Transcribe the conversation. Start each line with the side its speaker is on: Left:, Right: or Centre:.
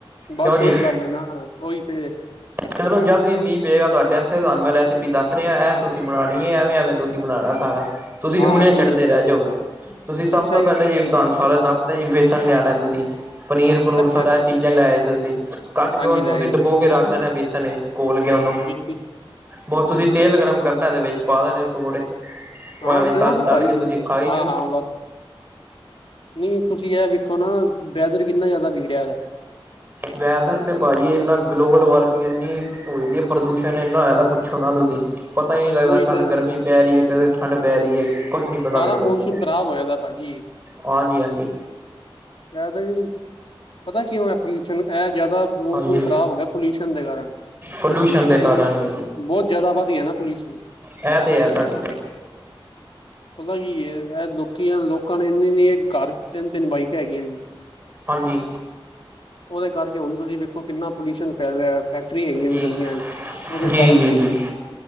Left: ਬਸ
Right: ਕਿਉਂ ਜੀ
Left: ਉਹੀ ਗੱਲ ਹੈ ਨਾ, ਉਹੀ ਤੇ
Right: ਚੱਲੋ ਜਦ ਵੀ ਮੀਂਹ ਪਏਗਾ ਤੁਹਾਡੇ ਇੱਥੇ, ਤੁਹਾਨੂੰ ਮੈਂ ਰੈਸਪੀ ਦੱਸ ਰਿਹਾ, ਇਹਂ ਤੁਸੀਂ ਬਣਾਉਣੀ ਹੈ ਐਵੇਂ -ਐਵੇਂ ਤੁਸੀਂ ਬਣਾਉਣਾ ਸਾਰਾ। ਤੁਸੀਂ
Left: ਹਾਂ
Right: ਉਂਗਲੀਆਂ
Left: ਹਾਂ ਕੋਈ
Right: ਚਟਦੇ
Left: ਨੀ।
Right: ਰਹਿ ਜਾਓਗੇ, ਤੁਸੀਂ ਸਭ
Left: ਅੱਛਾ
Right: ਤੋਂ
Left: ਜੀ
Right: ਪਹਿਲੇ ਹੀ ਤੁਹਾਨੂੰ ਸਾਰੇ ਦੱਸਦੇ ਜੀ, ਵੇਸਣ ਲਿਆਣਾ ਤੁਸੀਂ ਪਨੀਰ ਪਨੂੂਰ
Left: ਅੱਛਾ-ਅੱਛਾ
Right: ਸਾਰਾ ਚੀਜ਼ਾਂ ਲੈਏ ਤੁਸੀਂ, ਕੱਟ
Left: ਹਾਂਜੀ
Right: ਕੇ ਹੁਣ
Left: ਲੈ
Right: ਤੁਸੀਂ ਡਬੋ
Left: ਜੀ
Right: ਕੇ ਰੱਖ ਦੇਣਾ ਬੇਸਨ ਵਿੱਚ ਕੋੋਲ ਕੇ ਉਹਨੂੰ
Left: ਬਿਲਕੁਲ।
Right: ਬਹੁਤ ਤੁਸੀਂ ਤੇਲ ਗਰਮ ਕਰਨਾ, ਤੇ ਵਿੱਚ ਪਾ ਦੇਣੇ ਪਕੌੜੇ।
Left: ਹਾਂ
Right: ਐਵੇਂ
Left: ਤੇ
Right: ਤਲ-ਤਲ
Left: ਉਹ ਤੇ ਪਾਈ,
Right: ਕੇ ਤੁਸੀਂ
Left: ਉਹ
Right: ਖਾਈ
Left: ਹਾਂ
Right: ਜਾਓ
Left: ਹਾਂ ਬ ਨਹੀਂ ਤੁਸੀਂ ਇਹ ਵੇਖੋ ਨਾ, ਵੈਦਰ ਕਿੰਨਾ ਜ਼ਿਆਦਾ ਵਿਗੜਿਆ ਹੈ।
Right: ਵੈਦਰ ਤੇ ਭਾਜੀ ਇੰਨਾ, ਗਲੋਬਲ ਵਾਰਮਿੰਗ ਇੰਨੀ ਹੋਦੀ ਹੈ, ਪ੍ਰਦੂਸ਼ਣ ਇੰਨਾ ਹੋਇਆ ਪੁੱਛੋ ਨਾ ਤੁਸੀਂ! ਪਤਾ ਹੀ ਨਹੀਂ ਲੱਗਦਾ,
Left: ਉਹੀ
Right: ਕਦ
Left: ਤੇ
Right: ਗਰਮੀ ਪੈ ਰਹੀ ਹੈ, ਕਦ ਠੰਢ ਪੈ ਰਹੀ ਹੈ। ਕੁਛ ਨੀ ਪਤਾ
Left: ਸਾਰਾ
Right: ਲੱਗਦਾ
Left: ਮੌਨਸੂਨ
Right: ਜੀ,
Left: ਖ਼ਰਾਬ ਹੋਇਆ ਦਾ ਭਾਜੀ
Right: ਹਾਂਜੀ ਹਾਂਜੀ।
Left: ਐ ਤਾ ਜੀ, ਪਤਾ ਕਿਉਂ ਹੈ ਪੋਲਿਊਸ਼ਨ? ਇਹ ਜ਼ਿਆਦਾ ਮੌਨਸੂਨ
Right: ਹਾਂਜੀ
Left: ਖਰਾਬ ਹੋ ਗਿਆ, ਪੋਲਿਊਸ਼ਨ ਦੇ ਕਾਰਨ।
Right: ਪੋਲਿਊਸ਼ਨ
Left: ਕਿਉਂਕਿ
Right: ਦੇ
Left: ਪੋਲੂਸ਼ਨ,
Right: ਕਾਰਨ
Left: ਬਹੁਤ ਜਿਆਦਾ ਵੱਧ ਗਿਆ ਨਾ ਪੋਲੂਸ਼ਨ
Right: ਇਹਂ ਤੇ ਹੈ, ਤੁਹਾਡੀ
Left: ਪਤਾ ਕੀ ਇਹ, ਲੋਕੀਆਂ ਲੋਕਾਂ ਨੇ ਇੰਨੀ ਨੀ ਇਹ ਘਰ ਤਿੰਨ ਤਿੰਨ ਬਾਈਕਾ ਹੈਗੀਆਂ ਨੇ।
Right: ਹਾਂਜੀ।
Left: ਉਹਦੇ ਕਰਕੇ ਹੁਣ ਤੁਸੀਂ ਵੇਖੋ, ਕਿੰਨਾ ਪੋਲਿਊਸ਼ਨ ਫੈ ਫੈਕਟਰੀਆਂ ਹੈਗੀਆਂ
Right: ਜੀ
Left: ਨੇ ਗਲੀਆ 'ਚ, ਉਹਦੇ
Right: ਜੀ
Left: ਕਾਰਨ
Right: ਜੀ ਜੀ